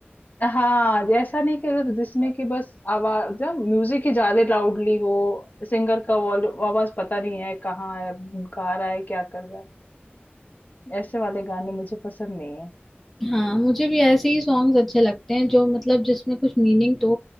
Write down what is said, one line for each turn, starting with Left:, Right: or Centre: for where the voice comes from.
Left: हाँ ऐसा नहीं कि अगर जिसमें कि बस आवाज जब म्यूजिक ही ज्यादा लाउडली हो सिंगर का वॉल्यूम आवाज पता नहीं है कहाँ है गा रहा है क्या कर रहा है ऐसे वाले गाने मुझे पसंद नहीं है
Centre: हाँ मुझे भी ऐसे ही सॉन्ग्स अच्छे लगते हैं जो मतलब जिसमें कुछ मीनिंग तो